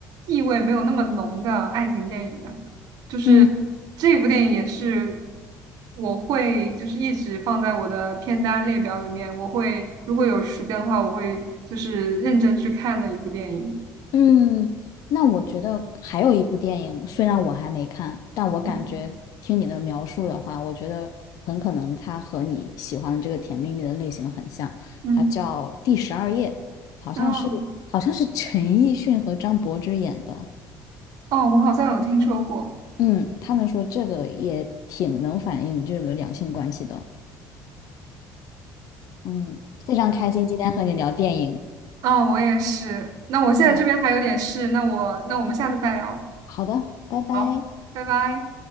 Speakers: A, on the right; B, on the left.
A: 意味没有那么浓的爱情电影的。就是这部电影也是
B: 嗯
A: 我会就是一直放在我的片单列表里面，我会如果有时间的话，我会就是认真去看的一部电影。
B: 嗯，那我觉得还有一部电影，虽然我还没看，但我感觉听你的描述的话，
A: 嗯，
B: 我觉得很可能它和你喜欢的这个《甜蜜蜜》的类型很像，
A: 嗯，
B: 它叫《第十二夜》，好像是好像是陈奕迅和张柏芝演的。
A: 然后。哦，我好像有听说过。
B: 嗯，他们说这个也挺能反映这个两性关系的。嗯，非常开心今天和你聊电影。
A: 哦，我也是。那我现在这边还有点事，
B: 嗯，
A: 那我那我们下次再聊。
B: 好的，拜拜。
A: 好，拜拜。